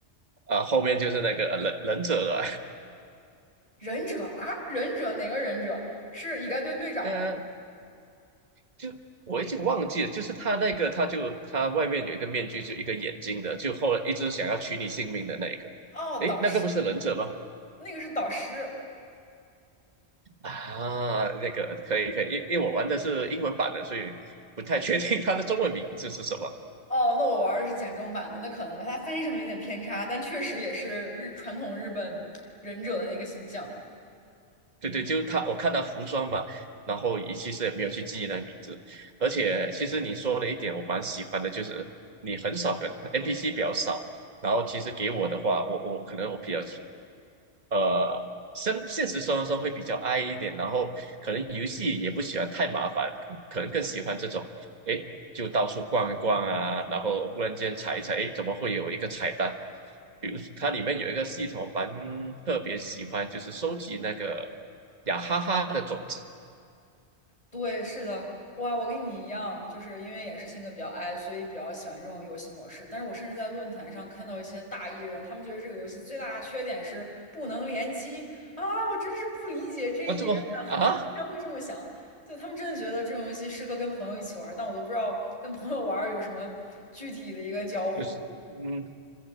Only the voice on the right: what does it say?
啊，后面就是那个呃忍忍者了。
<laughs> 就我已经忘记了，就是他那个，他就他外面有一个面具，就一个眼睛的，就后来一直想要取你性命的那一个。
诶，
那个不是忍者吗？
啊，那个可以可以，因因为我玩的是英文版的，所以不太确定他的中文名字是什么。
对对，就是他，我看他服装嘛，然后也其实也没有去记忆那名字，而且其实你说了一点，我蛮喜欢的，就是你很少跟 NPC 比较少，然后其实给我的话，我我可能我比较呃，生现实生活中会比较 i 一点，然后可能游戏也不喜欢太麻烦，可能更喜欢这种，诶，就到处逛一逛啊，然后忽然间查一查，诶，怎么会有一个彩蛋？比如它里面有一个系统蛮特别喜欢，就是收集那个雅哈哈的种子。
我怎么啊，
有嗯。